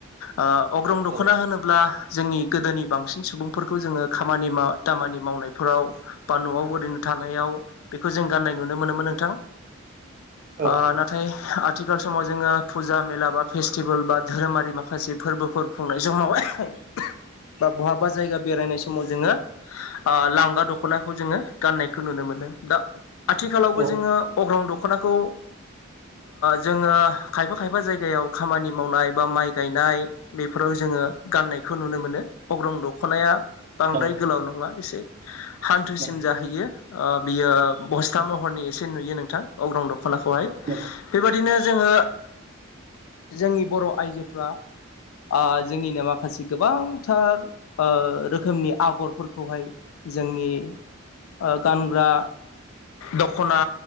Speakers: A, on the left; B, on the right.
A: ओ अग्रं
B: नंगौ
A: दख'ना होनोब्ला जोंनि गोदोनि बांसिन सुबुंफोरखौ जोङो खामानि दामानि मावनायफोराव बा न'आव ओरैनो थानाय थानायानायाव बेखौ जों गाननाय नुनो मोनोमोन नोंथां
B: औ
A: ओ
B: औ
A: नाथाय आ आथिखाल समाव जोङो फुजा मेला बा फेस्टिभेल बा धोरोमारि माखासे फोरबोफोर खुंनाय समावहाय बा बहाबा जायगा बेरायनाय समाव जोङो लांगा दख'नाखौ जोङो गाननायखौ नुनो मोनो दा आथिखालावबो
B: औ
A: जोङो अग्रं दख'नाखौ जोङो खायफा खायफा जायगायाव खामानि मावनाय बा माइ गायनाय बेफोराव जों जोङो गाननायखौ नुनो मोनो अग्रं दख'नाया बांद्राय
B: नंगौ
A: गोलाव नङा एसे हान्थुसिम
B: नंगौ
A: जाहैयो ओ बियो बस्था महरनि एसे नुयो नोंथां अग्रं दख ख'नाखौहाय
B: नंगौ
A: बेबादिनो जोङो जोंनि बर' आइजोफ्रा ओ जोंनिनो माखासे गोबांथार ओ रोखोमनि आगरफोरखौहाय जोंनि ओ गानग्रा दख'ना